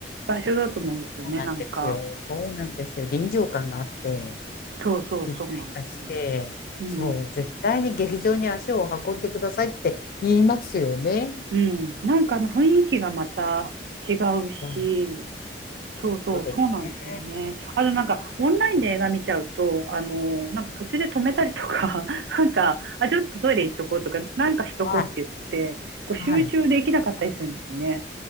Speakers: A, on the right; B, on the left.
A: 場所だと思うんですよね、
B: そうなんですよ。
A: なんか。
B: そうなんですよ。臨場感があって、
A: そうそう、
B: 一体化して、
A: そうなんですよ。うん。
B: そう、絶対に劇場に足を運んでくださいって言いますよね。
A: うん。なんかあの雰囲気がまた違うし、
B: そう、
A: そうそう、
B: そうですね。
A: そうなんですよね。あとなんか、オンラインで映画見ちゃうと、あの、なんか途中で止めたりとか、<laughs> なんか、あ、ちょっとトイレ行っとこうとか、なんかしとこうって言って、
B: はい。
A: こう集中できなかったりするんですよね。
B: はい。